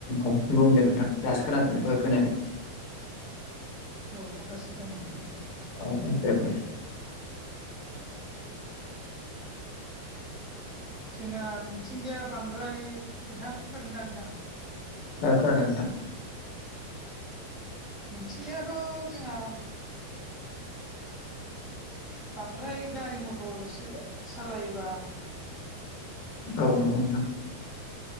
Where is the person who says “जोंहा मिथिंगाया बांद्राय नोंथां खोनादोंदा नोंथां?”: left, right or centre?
Centre